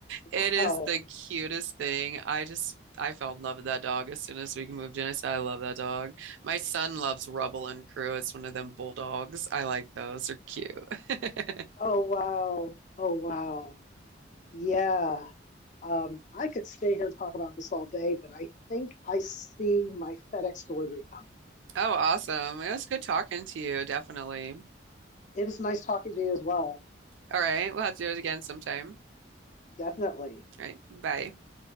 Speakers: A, on the right; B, on the left.
A: It
B: Wow.
A: is the cutest thing. I just I fell in love with that dog as soon as we moved in. I said I love that dog. My son loves Rubble and Crew. It's one of them bulldogs. I like those. They're cute. <laughs>
B: Oh wow. Oh wow. Yeah. Um, I could stay here and talk about this all day, but I think I see my FedEx delivery coming.
A: Oh, awesome. It was good talking to you, definitely.
B: It was nice talking to you as well.
A: All right, we'll have to do it again sometime.
B: Definitely.
A: All right, bye.